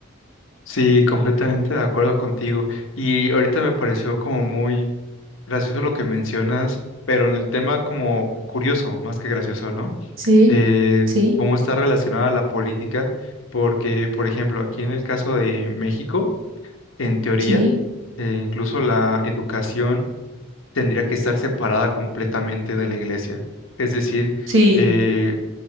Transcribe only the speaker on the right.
Sí,
sí,
sí,
sí,